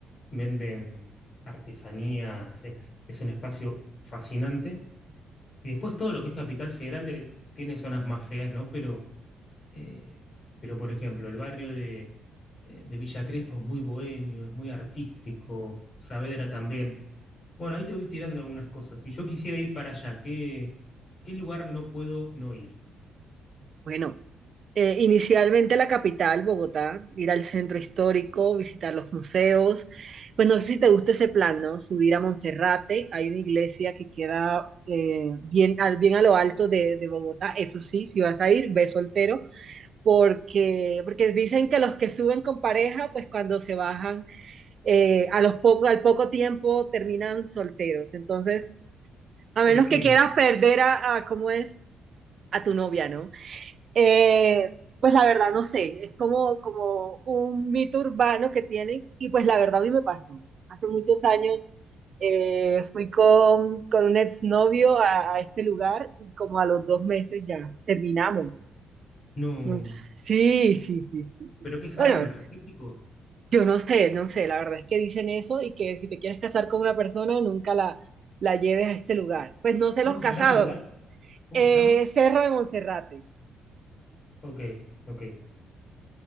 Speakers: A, on the left (about 45°); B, on the right (about 50°).
A: venden artesanías, es, es un espacio fascinante. Y después todo lo que es Capital Federal, eh, tiene zonas más feas, ¿no? Pero eh, pero, por ejemplo, el barrio de, eh, de Villa Crespo es muy bohemio, es muy artístico, Saavedra también. Bueno, ahí te voy tirando algunas cosas. Si yo quisiera ir para allá, ¿qué, qué lugar no puedo no ir?
B: Bueno. eh, inicialmente la capital, Bogotá, ir al centro histórico, visitar los museos. Pues no sé si te gusta ese plan, ¿no? Subir a Monserrate, hay una iglesia que queda eh, bien, al, bien a lo alto de, de Bogotá, eso sí, si vas a ir, ve soltero, porque, porque dicen que los que suben con pareja, pues cuando se bajan, eh, a los poco, al poco tiempo terminan solteros. Entonces, a
A: ¿Por
B: menos
A: qué?
B: que quieras perder a, a ¿cómo es? A tu novia, ¿no? Eh, pues la verdad no sé, es como, como un mito urbano que tienen y pues la verdad a mí me pasó. Hace muchos años eh, fui con, con un exnovio a, a este lugar y como a los dos meses ya terminamos.
A: No.
B: Mm, Sí, sí, sí, sí, sí.
A: ¿Pero qué es
B: Bueno,
A: algo energético?
B: yo no sé, no sé, la verdad es que dicen eso y que si te quieres casar con una persona nunca la, la lleves a este lugar. Pues no sé
A: ¿Cómo
B: los casados.
A: se llama el lugar? ¿Cómo
B: Eh,
A: se llama?
B: Serra de Monserrate.
A: Ok, ok.